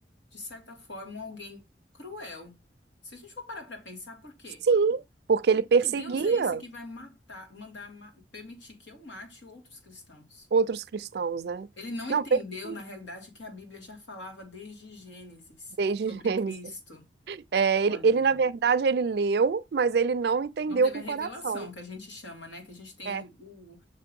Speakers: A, on the left; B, on the right.
A: de certa forma, um alguém cruel. Se a gente for parar para pensar, por quê?
B: Sim, porque
A: Porque
B: ele perseguia
A: Deus é esse que vai matar, mandar, ma- permitir que eu mate outros cristãos.
B: outros cristãos, né?
A: Ele não
B: Não,
A: entendeu,
B: perfeito,
A: na realidade, que a Bíblia já falava desde Gênesis
B: desde
A: sobre
B: <laughs> Gênesis.
A: Cristo.
B: É,
A: Olha
B: ele, ele,
A: aí.
B: na verdade, ele leu, mas ele não entendeu
A: Não teve
B: com
A: a
B: o
A: revelação
B: coração.
A: que a gente chama, né? Que a gente tem
B: É,
A: o,